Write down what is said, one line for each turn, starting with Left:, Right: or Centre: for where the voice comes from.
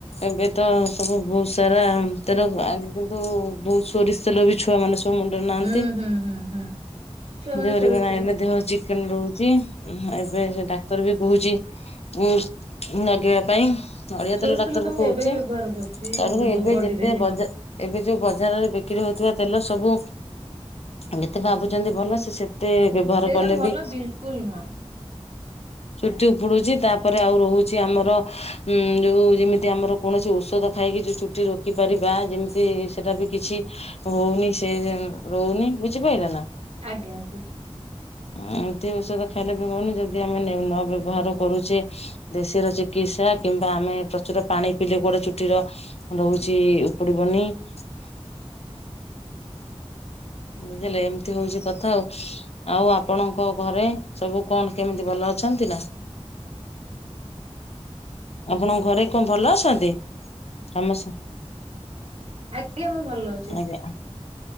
Left: ଏବେ ତ ସବୁ ବହୁତ ସାରା ତେଲ ଆଗେ କିନ୍ତୁ ବହୁତ ସୋରିଷ ତେଲ ବି ଛୁଆ ମାନେ ସବୁ ମୁଣ୍ଡରେ ନାହାନ୍ତି
Right: ହୁଁ ହୁଁ ହୁଁ ହୁଁ। ଛୁଆ ମାନେ
Left: ଦେହରେ
Right: ସୋରିଷ
Left: ବି ନାହିଁ
Right: ତେଲ
Left: ଦେହରେ ଚିକେନ ରହୁଛି ଏବେ ଡାକ୍ତର ବି କହୁଛି ଉ ଲଗେଇବା ପାଇଁ? ନଡିଆ
Right: ସୋରିଷ
Left: ତେଲ ଡାକ୍ତର
Right: ତ
Left: ବି
Right: ମୁଁ
Left: କହୁଛି
Right: ଏବେ ବ୍ୟବହାର କରୁଛି
Left: ତା
Right: ମୁଁ
Left: ପରେ ଏବେ
Right: ବଡିରେ
Left: ଯେତେ ବଜା ଏବେ ଯୋଉ ବଜାରରେ ବିକ୍ରି ହଉଛି ତେଲ ସବୁ ଯେତେ ଭାବୁଛନ୍ତି ଭଲ ସେ ସେ ତେ ବ୍ୟବହାର
Right: ସେଇଟା
Left: କଲେ
Right: ଭଲ
Left: ବି?
Right: ବିଲକୁଲ ନୁହଁ
Left: ଚୁଟି ଉପୁଡୁଛି ତାପରେ ଆଉ ରହୁଛି ଆମର ହୁଁ ଯୋଉ ଯେମିତି ଆମର କୌଣସି ଔଷଧ ଖାଇକି ଯୁ ଚୁଟି ରୋକି ପାରିବା ଯେମିତି ସେଇଟା ବି କିଛି ହଉନି ସେ ଯେ ରହୁନି ବୁଝିପାରିଲେ ନା?
Right: ଆଜ୍ଞା ଆଜ୍ଞା।
Left: ଏମିତି ଔଷଧ ଖାଇଲେ ବି ହଉନି ଯଦି ଆମେ ନ ବ୍ୟବହାର କରୁଛେ ଦେଶୀର ଚିକି ଚିକିତ୍ସା କିମ୍ବା ଆମେ ପ୍ରଚୁର ପାଣି ପିଇଲେ କୁଆଡେ ଚୁଟିର ରହୁଛି ଉପୁଡିବନି କି
Right: ଆ <inaudible>
Left: ବୁଝିଲେ ଏମିତି ହଉଛି କଥା ଆଉ ଆଉ ଆପଣଙ୍କ ଘରେ ସବୁ କଣ କେମିତି ଭଲ ଅଛନ୍ତି ନା? ଆପଣଙ୍କ ଘରେ କଣ ଭଲ ଅଛନ୍ତି? ରାମସ
Right: ଆଜ୍ଞା ମୁଁ ଭଲ ଅଛି
Left: ଆଜ୍ଞା।